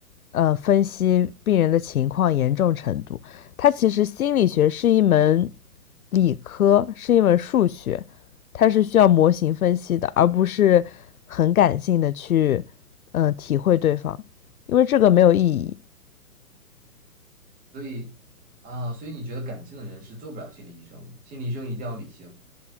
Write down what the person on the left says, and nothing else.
呃，分析病人的情况严重程度。他其实心理学是一门理科，是一门数学，它是需要模型分析的，而不是很感性的去，呃，体会对方，因为这个没有意义。